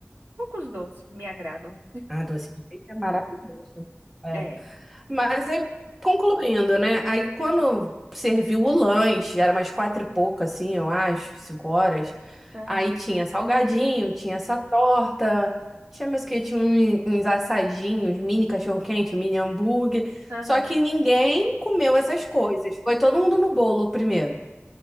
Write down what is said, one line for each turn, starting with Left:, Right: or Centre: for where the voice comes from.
Right: Poucos doces me agradam.
Centre: Ah, doce de leite é maravilhoso. É.
Right: É.
Centre: Mas aí, concluindo, né? Aí quando
Right: Uhum.
Centre: serviu o lanche, era umas quatro e pouco, assim, eu acho, cinco horas.
Right: Aham.
Centre: Aí tinha salgadinho, tinha essa torta, tinha meus que tinha um- uns assadinhos, mini cachorro-quente, mini hambúrguer.
Right: Aham.
Centre: Só que ninguém comeu essas coisas. Foi todo mundo no bolo primeiro.